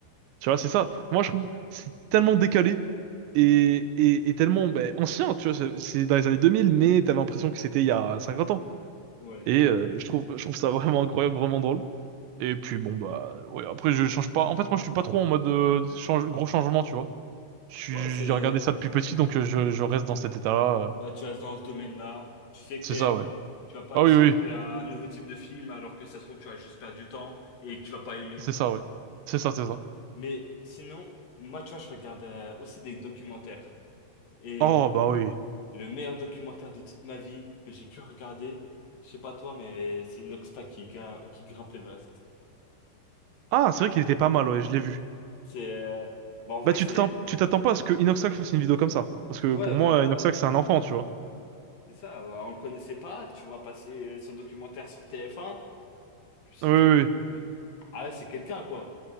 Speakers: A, on the right (about 80°); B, on the left (about 55°).
A: Tu vois, c'est ça. Moi, je trouve que c'est tellement décalé et, et, et tellement ben, ancien. Tu vois, c'est c'est dans les années 2000, mais t'avais l'impression que c'était il y a 50 ans.
B: Ouais,
A: Et
B: je vois.
A: euh, je trouve, je trouve ça vraiment incroyable, vraiment drôle. Et puis bon bah ouais, après je change pas. En fait, moi, je suis pas trop en mode euh, change- gros changement, tu vois. Je suis-
B: Ouais, c'est...
A: J'ai regardé ça depuis petit, donc euh, je, je reste dans cet état-là. euh.
B: Ouais, tu restes dans ce domaine-là. Tu sais que
A: C'est
B: t'aimes.
A: ça, ouais.
B: Tu vas pas
A: Ah
B: aller
A: oui,
B: chercher
A: oui, oui.
B: un nouveau type de film alors que ça se trouve tu vas juste perdre du temps et que tu vas pas aimer.
A: c'est ça, ouais. C'est ça, c'est ça.
B: Mais sinon, moi tu vois, je regarde euh, aussi des documentaires. Et
A: Oh bah oui.
B: le meilleur documentaire de toute ma vie que j'ai pu regarder, je sais pas toi, mais c'est Inoxtag qui grimpe, qui grimpe l'Everest.
A: Ah, c'est vrai qu'il était pas mal, ouais, je l'ai vu.
B: C'est, euh, bah, en vrai
A: Bah, tu
B: c'est,
A: t'attends, tu t'attends pas à ce que Inoxac fasse une vidéo comme ça. Parce que
B: ouais
A: pour
B: bah
A: moi, Inoxac,
B: c'est
A: c'est un
B: ça.
A: enfant, tu vois.
B: C'est ça, bah, on le connaissait pas. Tu vois passer euh, son documentaire sur TF1. Je me suis
A: Oui, oui,
B: dit,
A: oui.
B: euh, ah ouais, c'est quelqu'un quoi.